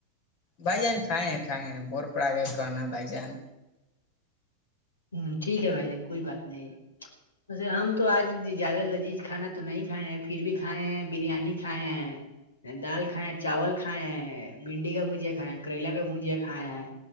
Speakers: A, on the left; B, on the left.
A: بھائی جان کھائے ہیں کھائے ہیں بور پڑا گئے کہناا بھائی جان
B: ہوں ٹھیک ہے بھائی جان کوئی بات نہیں ویسے ہم تو آج زیادہ لذیذ کھانا تو نہیں کھائے ہیں پھر بھی کھائے ہیں بریانی کھائے ہیں دال کھائےیں چاول کھائے ہیں بھنڈی کا بھجیا کھائےیں ہیں کریلا کا بھجیا کھائے ہیں